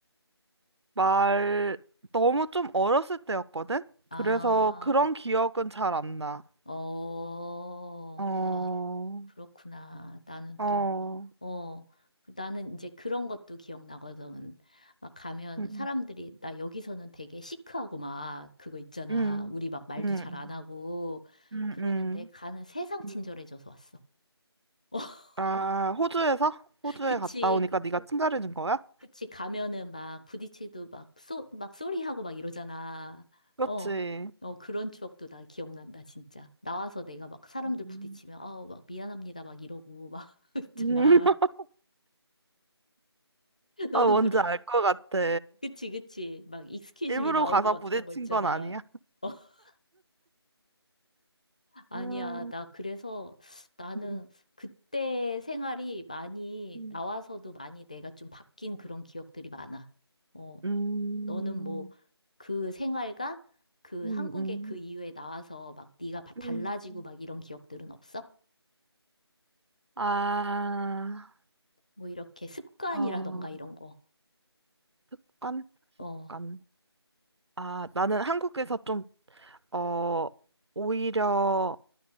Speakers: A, on the right; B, on the left.
A: 말, 너무 좀 어렸을 때였거든?
B: 아,
A: 그래서 그런 기억은 잘 안 나.
B: 어,
A: 어,
B: 아, 그렇구나. 나는
A: 어,
B: 또, 어, 나는 이제 그런 것도 기억나거든. 막 가면
A: 음.
B: 사람들이, 나 여기서는 되게 시크하고 막 그거 있잖아.
A: 음,
B: 우리 막 말도
A: 음,
B: 잘 안 하고
A: 음,
B: 그러는데
A: 음.
B: 가는 세상 친절해져서
A: 음.
B: 왔어. <laughs>
A: 아, 호주에서? 호주에
B: 그치.
A: 갔다 오니까 네가 친절해진 거야?
B: 그치, 가면은 막 부딪히도 막 소, 막 소리하고 막 이러잖아.
A: 그렇지.
B: 어, 어, 그런 추억도 나 기억난다, 진짜. 나와서 내가 막 사람들
A: 음.
B: 부딪히면, 어, 막 미안합니다, 막 이러고 막 <laughs> 있잖아.
A: 음. <laughs>
B: 너는
A: 아, 뭔지
B: 그런,
A: 알 것 같아.
B: 그치, 그치. 막 익스큐즈
A: 일부러
B: 미 나오고
A: 가서
B: 막
A: 부딪힌
B: 그런 거 있잖아.
A: 건 아니야?
B: 어, <laughs> 아니야.
A: 음,
B: 나 그래서 나는
A: 음,
B: 그때 생활이 많이,
A: 음,
B: 나와서도 많이 내가 좀 바뀐 그런 기억들이 많아. 어.
A: 음, 음,
B: 너는 뭐 그 생활과 그
A: 음,
B: 한국의
A: 음.
B: 그 이후에 나와서 막 네가 바- 달라지고
A: 음.
B: 막 이런 기억들은 없어?
A: 아,
B: 뭐 이렇게 습관이라던가
A: 어,
B: 이런 거.
A: 습관?
B: 어.
A: 습관. 아, 나는 한국에서 좀, 어, 오히려